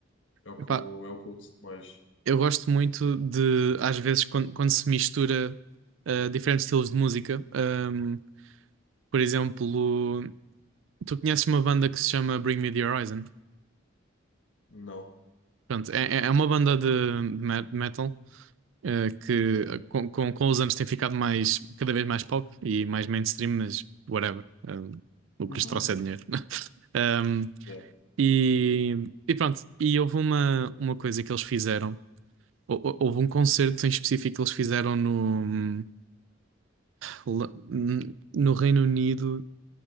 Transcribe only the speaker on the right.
Epá,
Eu gosto muito de, às vezes, quando, quando se mistura ah, diferentes estilos de música. Ahm, por exemplo, tu conheces uma banda que se chama Bring Me the Horizon?
Pronto, é, é é uma banda de, de me- metal ah, que
ah, com, com, com os anos tem ficado mais, cada vez mais pop e mais mainstream, mas whatever. Ahm, o
que lhes trouxe é dinheiro. <laughs> Ahm,
e, e pronto, e houve uma, uma coisa que eles fizeram. Hou- hou- Houve um concerto em específico que eles fizeram no. Pula- n- No Reino Unido,